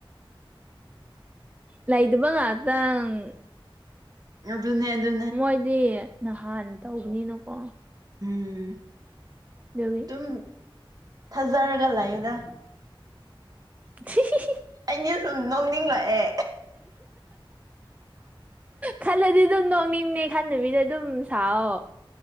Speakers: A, on the right; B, on the right.
A: ꯂꯩꯇꯕ ꯉꯥꯛꯇꯪ
B: ꯑꯗꯨꯅꯦ ꯑꯗꯨ
A: ꯃꯣꯏꯗꯤ ꯅꯍꯥꯟ ꯇꯧꯕꯅꯤꯅꯀꯣ
B: ꯎꯝ
A: ꯗꯨꯒꯤ
B: ꯗꯨꯝ ꯊꯥꯖꯔꯒ ꯂꯩꯥꯌꯣꯗ
A: <unintelligible>
B: ꯑꯩꯅ ꯗꯨꯝ ꯅꯣꯛꯅꯤꯡꯂꯛꯑꯦ
A: ꯈꯜꯂꯗꯤ ꯑꯗꯨꯝ ꯅꯣꯛꯅꯤꯡꯅꯤ ꯈꯟꯗꯕꯤꯗ ꯗꯨꯝ ꯁꯥꯑꯣ